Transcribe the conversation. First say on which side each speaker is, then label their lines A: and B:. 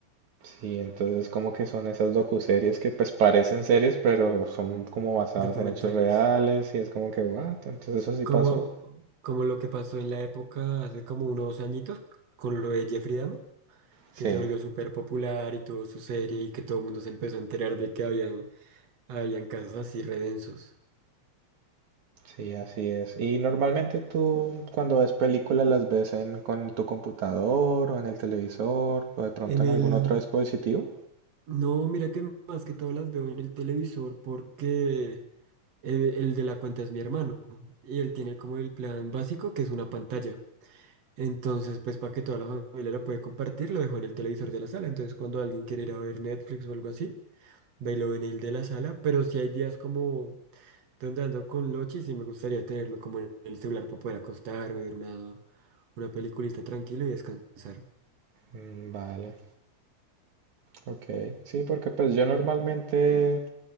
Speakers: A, on the right (about 75°); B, on the right (about 60°).
A: sí, entonces como que son esas docuseries que pues parecen series, pero son como basadas
B: Documentales.
A: en hechos reales y es como que what, entonces eso sí
B: Como,
A: pasó.
B: como lo que pasó en la época hace como unos añitos con lo de Jeffrey Dahmer,
A: Sí,
B: que se volvió súper popular y tuvo su serie y que todo el mundo se empezó a enterar de que habían, habían casos así redensos.
A: sí, así es. Y normalmente tú cuando ves películas las ves en con tu computador o en el televisor o de pronto
B: En
A: en
B: el...
A: algún otro dispositivo.
B: No, mira que más que todo las veo en el televisor porque el, el de la cuenta es mi hermano y él tiene como el plan básico que es una pantalla. Entonces, pues para que toda la familia la puede compartir, lo dejo en el televisor de la sala. Entonces, cuando alguien quiere ir a ver Netflix o algo así, bailo en el de la sala, pero si hay días como donde ando con Lochi, sí me gustaría tenerlo como en el celular para poder acostarme, ver una, una peliculita tranquilo y descansar.
A: Mm, Vale. Ok, sí, porque pues yo
B: Sí,
A: normalmente